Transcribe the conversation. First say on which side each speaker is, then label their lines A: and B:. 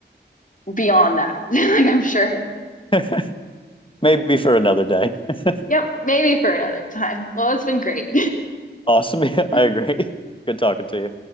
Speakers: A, on the left; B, on the left.
A: beyond that. <laughs> Like I'm sure.
B: <laughs> Maybe for another day. <laughs>
A: Yep, maybe for another time. Well, it's been great.
B: Awesome. Yeah,
A: <laughs>
B: I agree. Good talking to you.